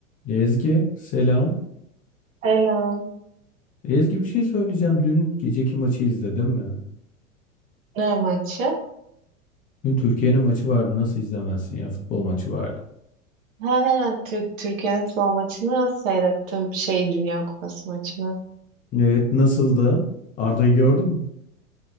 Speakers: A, on the left; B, on the right.
A: Ezgi selam.
B: Selam.
A: Ezgi bir şey söyleyeceğim. Dün geceki maçı izledin mi?
B: Ne maçı?
A: Dün Türkiye'nin maçı vardı. Nasıl izlemezsin ya futbol maçı vardı.
B: Ha, ha, Türk Türkiye Aslan maçını seyrettim. Şey Dünya Kupası maçını.
A: Evet nasıldı? Arda'yı gördün mü?